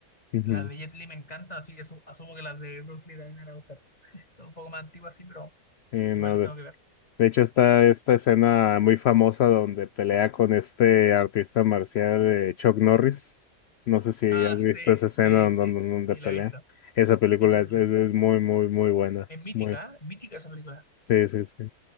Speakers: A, on the left (about 75°); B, on the left (about 25°).
A: Ujú.
B: las de Jet Li me encantan, así que asu- asumo que las de Bruce Lee también me van a gustar. <laughs> Son un poco más antiguas, sí, pero
A: Eh,
B: igual
A: no,
B: las
A: De
B: tengo que ver.
A: hecho, está esta escena muy famosa donde pelea con este artista marcial eh, Chuck Norris. No sé si
B: Ah,
A: has visto
B: sí,
A: esa escena
B: sí,
A: donde,
B: sí,
A: donde- donde
B: sí,
A: pelea.
B: la he visto.
A: Esa película
B: Eso sí
A: es,
B: la
A: es,
B: he visto.
A: es muy, muy, muy buena.
B: Es mítica,
A: Muy,
B: ¿eh? mítica esa película.
A: sí, sí, sí,